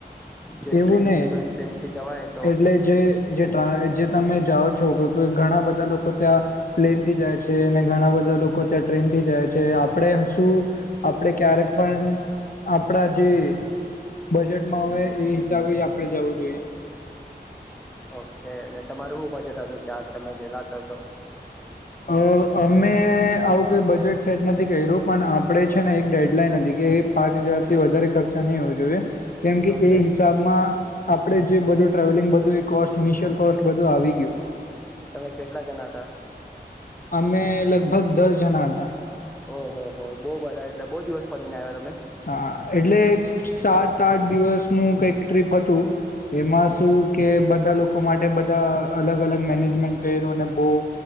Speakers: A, in the centre; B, on the left.
A: જે
B: એવું
A: ટ્રેન
B: નહી
A: થી ગઈ ટ્રેન થી જવાય તો
B: એટલે જે તમે જાઓ--. ઘણા બધા લોકો ત્યાં, પ્લેન થી જાય છે અને ઘણા બધા લોકો ત્યાં ટ્રેનથી જાય છે આપણે શું, આપણે ક્યારેક પણ-. આપણા જે--. બજેટમાં હવે એ હિસાબે આપડે જવું જોઈએ.
A: ઓકે અને તમારું શું બજેટ હતું ત્યાં તમે ગલા હતા તો.
B: અ અમે આવું કઈ બજેટ સેટ નથી કર્યું પણ આપણે છે ને એક ડેડલાઈન હતી કે એ પાંચ હજાર થી વધારે ખર્ચા નહી હોવું જોઈએ. કેમ કે
A: ઓકે
B: એ હિસાબમાં--. આપડે જે બધું ટ્રાવેલિંગ બધું એ કોસ્ટ ઇનિશિયલ કોસ્ટ બધું આવી ગયું.
A: તમે કેટલા જણા હતા?
B: અમે લગભગ દસ જણા હતા.
A: ઓહ હો બહુ બધા એટલે બહુ દિવસ ફરીને આવ્યા હતા.
B: હા એટલે સાજ--. આઠ દિવસનું કઈક ટ્રીપ હતું, એમાં શું કે બધા લોકો માટે બધા અલગ અલગ મેનેજમેન્ટ કર્યું અને બહ,